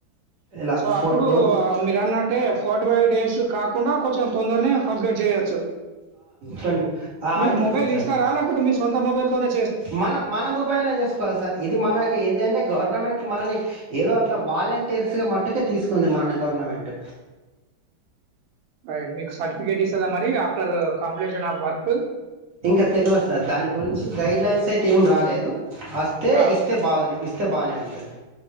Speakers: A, on the right; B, on the right.
A: ఇలా
B: సో
A: ఫో
B: అప్పుడు
A: రోజుకు
B: మీరు అన్నట్టే ఫర్టీ ఫైవ్ డేస్ కాకుండా కొంచెం తొందరనే కంప్లీట్ చేయచ్చు
A: ట్వంటీ
B: మీకు
A: అయిపోతుంది
B: మొబైల్
A: సార్
B: ఇస్తా ర లేేకపోతే మీ సొంత మొబైల్ తోనే
A: మన మన మొబైల్ లో చేసుకోవాలి సార్ ఇది మన ఇ ఏంటంటే గవర్నమెంట్ మనని ఏదో అట్లా వాలంటీర్స్గా మట్టుకే తీసుకుంది మనని గవర్నమెంట్ <inaudible>
B: అ మీకు సర్టిఫికేట్ ఇస్తందా మరి ఆఫ్టర్ కంప్లీషన్ ఆఫ్ వర్క్
A: ఇంకా తెలివదు సార్ దాని గురించి గైడ్లైన్స్ అయితే ఏం రాలేదు వస్తే
B: ఆ!
A: ఇస్తే బాగునే స్తే బాగానే ఉంటది